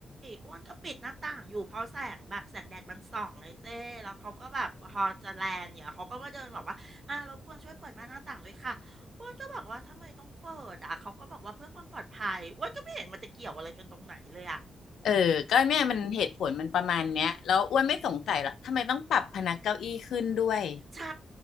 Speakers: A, on the right; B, on the left.
A: อ้วนก็ปิดหน้าต่างอยู่เพราะแสงแบบแสงแดดมันส่องเลยเจ้แล้วเขาก็แบบพอจะแลนเนี่ยเขาก็มาเดินบอกว่าอ่ารบกวนช่วยเปิดม่านหน้าต่างด้วยค่ะอ้วนก็บอกว่าทำไมต้องเปิดอ่ะเขาก็บอกว่าเพื่อความปลอดภัยอ้วนก็ไม่เห็นมันจะเกี่ยวอะไรกันตรงไหนเลยอ่ะ
B: เออก็เนี่ยมันเหตุผลมันประมาณเนี้ยแล้วอ้วนไม่สงสัยหรอกทำไมต้องปรับพนักเก้าอี้ขึ้นด้วย
A: ใช่